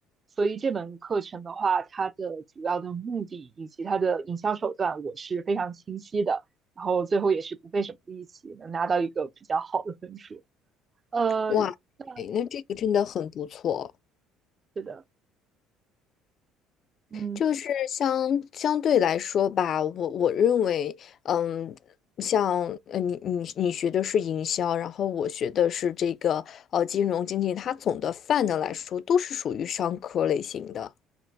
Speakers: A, on the right; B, on the left.
A: 所以这门课程的话，它的主要的目的以及它的营销手段，我是非常清晰的。然后最后也是不费什么力气，能拿到一个比较好的分数。呃，
B: 哇，
A: 那
B: 哎那这个真的很不错。
A: 是的，嗯
B: 就是相相对来说吧，我我认为，嗯，像呃你你你学的是营销，然后我学的是这个呃金融经济，它总的泛的来说都是属于商科类型的。